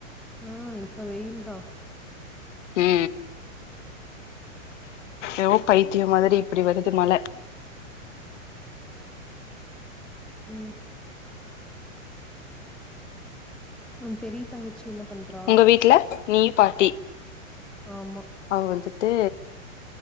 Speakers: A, in the centre; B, on the left.
A: ஆ இப்ப வெயில் தான்
B: ஹே ஏவோ பைத்தியம் மாரி இப்பிடி வருது மழை
A: ம் உ பெரிய தங்கச்சி என்ன பண்றா
B: உங்க வீட்ல நீயு பாட்டி
A: ஆமா
B: அவ வந்துட்டு